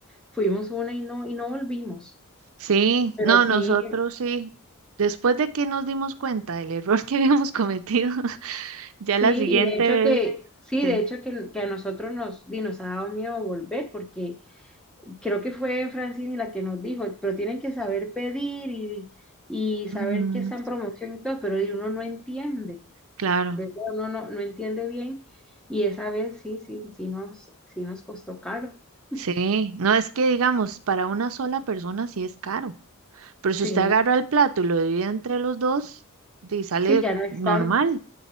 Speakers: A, in the centre; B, on the right.
A: fuimos una y no, y no volvimos.
B: Sí,
A: Pero
B: no,
A: sí,
B: nosotros sí. Después de que nos dimos cuenta del error <laughs> que habíamos cometido, <laughs> ya
A: Sí,
B: la siguiente
A: y de hecho
B: vez,
A: que, sí,
B: sí.
A: de hecho que, que a nosotros nos, di, nos ha dado miedo volver, porque creo que fue Francini la que nos dijo, pero tienen que saber pedir y, y saber
B: Ujú,
A: que está en promoción y todo, pero di, uno no entiende,
B: Claro,
A: ¿verdad? Uno no, no entiende bien, y esa vez sí, sí, sí nos, sí nos costó caro. <laughs>
B: sí. No es que digamos, para una sola persona sí es caro, pero si
A: Sí,
B: usted agarra el plato y lo divide entre los dos, di, sale
A: sí, ya no es
B: normal,
A: tanto.